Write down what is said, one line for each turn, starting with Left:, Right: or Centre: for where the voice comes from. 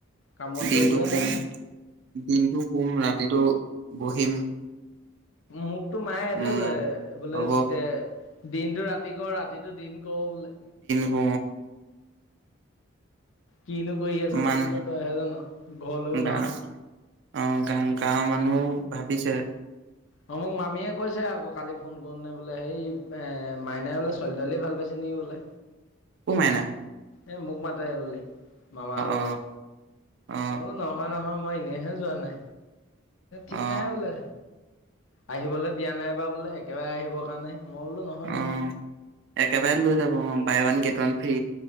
Left: কাম বনটো
Right: দিনটো
Left: একোৱেই
Right: শুম
Left: নাই
Right: দিনটো শুম ৰাতিটো বহিম
Left: মোকতো মায়ে এইটোয়ে
Right: উম
Left: কয় বোলে
Right: হ'ব
Left: দে দিনটো ৰাতি কৰ ৰাতিটো দিন কৱ বোলে
Right: উ অ
Left: কিনো কৰি আছ
Right: মান
Left: তাত বোলে তইহে জান ঘলেও
Right: গা
Left: নাহ
Right: অ গা গাঁৱৰ মানুহ ভাবিছে
Left: অ মোক মামীয়ে কৈছে আকৌ কালি ফোন কৰোতে বোলে সেই এ মাইনাই বোলে ছোৱালী তোৱালী ভাল পাইছে নি বোলে
Right: অ মাইনা
Left: এ মোক মাতেহ বুলি মামাহেত
Right: অ
Left: ঘত
Right: অ
Left: বোলো নহয় নহয় মই এনেহে যোৱা নাই ঠিক
Right: অ
Left: নাই বোলে আহিবলৈ দিয়া নাই বা বোলে একেবাৰে আহিবৰ কাৰণে মই বোলো নহয় নহয়
Right: অ' একেবাৰে লৈ যাব অ buy one get one free